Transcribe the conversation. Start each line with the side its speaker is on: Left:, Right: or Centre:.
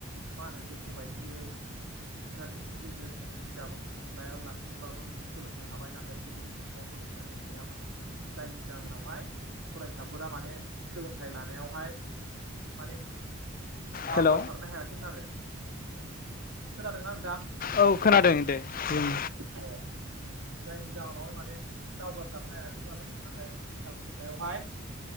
Right: मा होनो गोसो बायदियै इन्टारनेटनि गेजेरजों बिजाब लायालासिनोबाबो सोलोंनो हाबाय नाथाय गोदोनि समावथ' इन्टारनेट गैयामोन जायनि जाहोनावहाय फरायसाफोरा माने सोलोंथाइ लानायावहाय माने दावगासारनो
Left: हेल' औ
Right: हायाखैमोन आरो खोनादोंना नोंथां?
Left: औ खोनादों दे बुं
Right: अ जायनि जाहोनावहाय माने दावगा सारनो हायासैमोन आरो नाथाय आथिखाल मुगायावहाय